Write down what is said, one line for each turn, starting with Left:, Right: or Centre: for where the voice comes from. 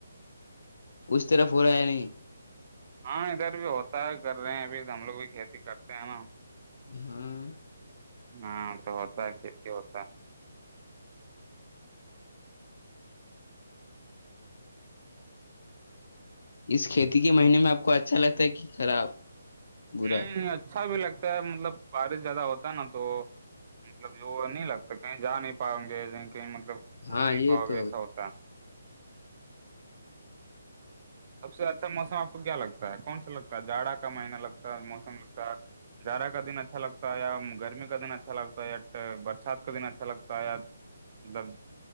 Left: اس طرف ہو رہا ہے یا نہیں
Right: ہاں ادھر بھی ہوتا ہے کر رہے ہیں ابھی ہم لوگ بھی کھیتی کرتے ہیں نا
Left: ہاں
Right: ہاں تو ہوتا ہے کھیتی ہوتا ہے
Left: اس کھیتی کے مہینے میں آپ کو اچھا لگتا ہے کہ خراب برا
Right: نہیں اچھا بھی لگتا ہے مطلب بارش زیادہ ہوتا ہے نا تو مطلب جو نہیں لگتا کہیں جا نہیں پاؤ گے کہیں کہیں مطلب گھوم
Left: ہاں
Right: نہیں
Left: یہ
Right: پاؤ
Left: تو
Right: گے ایسا ہوتا ہے سب سے اچھا موسم آپ کو کیا لگتا ہے کون سا لگتا ہے جاڑا کا مہینہ لگتا ہے موسم لگتا ہے جڑاہ کا دن اچھا لگتا ہے یا گرمی کا دن اچھا لگتا ہے یا برسات کا دن اچھا لگتا ہے مطلب